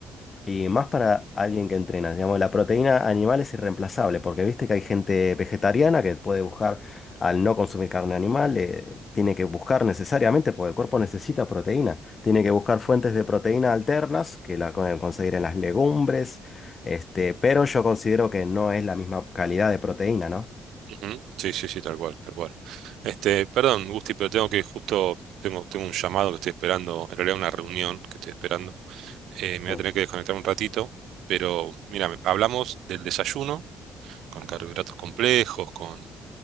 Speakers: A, on the left (about 35°); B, on the right (about 80°).
A: y más para alguien que entrena, digamos, la proteína animal es irreemplazable, porque viste que hay gente vegetariana que puede buscar, al no consumir carne animal, eh, tiene que buscar necesariamente, porque el cuerpo necesita proteína, tiene que buscar fuentes de proteína alternas, que la pueden conseguir en las legumbres, este, pero yo considero que no es la misma calidad de proteína, ¿no?
B: Ujú. Sí, sí, sí, tal cual, tal cual. Este, perdón, Gusti, pero tengo que justo, tengo, tengo un llamado que estoy esperando, en realidad una reunión que estoy esperando. Eh, me voy
A: Mm.
B: a tener que desconectar un ratito, pero mira, me- hablamos del desayuno con carbohidratos complejos, con,